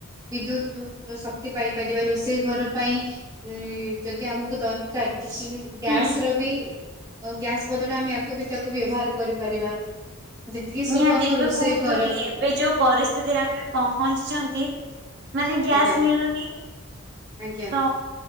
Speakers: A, on the right (about 15°); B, on the right (about 50°).
A: ବିଦ୍ୟୁତୁ ଶକ୍ତି ପାଇପାରିବା ରୋଷେଇ ଘର ପାଇଁ ଇଁ ଯଦି ଆମକୁ ଦର <unintelligible> କାର କିଛି ଗ୍ୟାସ
B: ହୁଁ।
A: ର ବି ଆଉ ଗ୍ୟାସ୍ ବଦଳ ଆମେ ଆକୁ ବି ତାକୁ ବି ବ୍ୟବହାର କରିପାରିବା। ଯେତିକି ସବୁ
B: ନିହାତି
A: ଆମ
B: ଏବେ
A: ରୋଷେଇ
B: କୁହନ୍ତୁନି
A: ଘର
B: ଏବେ ଯୋଉ ପରିସ୍ଥିତିରେ ଆମେ ପହଞ୍ଚିଚନ୍ତି ମାନେ ଗ୍ୟାସ୍
A: ଆଜ୍ଞା
B: ମିଳୁନି।
A: ଆଜ୍ଞା
B: ତ